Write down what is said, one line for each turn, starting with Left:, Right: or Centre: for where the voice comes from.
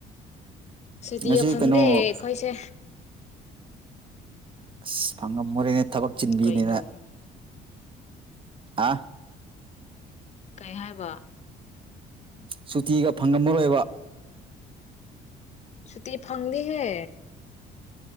Left: ꯁꯨꯇꯤꯒ
Right: ꯉꯁꯤ
Left: ꯐꯪꯗꯦ
Right: ꯀꯩꯅꯣ
Left: ꯑꯩꯈꯣꯏꯁꯦ
Right: ꯑꯁ ꯐꯪꯉꯝꯃꯣꯔꯦꯅꯦ ꯊꯕꯛ ꯆꯤꯟꯕꯤꯅꯤꯅ
Left: ꯀꯩꯅꯣ
Right: ꯑꯥ
Left: ꯀꯩ ꯍꯥꯏꯕ
Right: ꯁꯨꯇꯤꯒ ꯐꯪꯉꯝꯃꯔꯣꯏꯕ
Left: ꯁꯨꯇꯤ ꯐꯪꯗꯤ ꯍꯦ